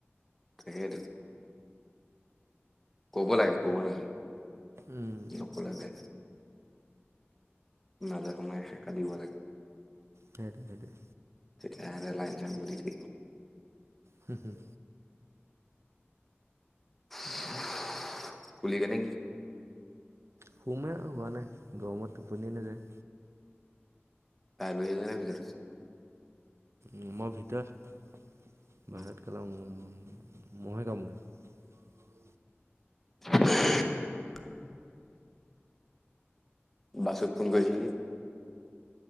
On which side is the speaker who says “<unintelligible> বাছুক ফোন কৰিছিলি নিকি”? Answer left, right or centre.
Centre